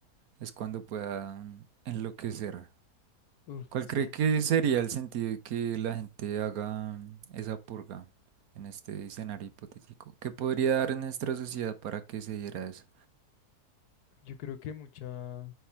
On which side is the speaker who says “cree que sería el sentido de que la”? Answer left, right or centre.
Right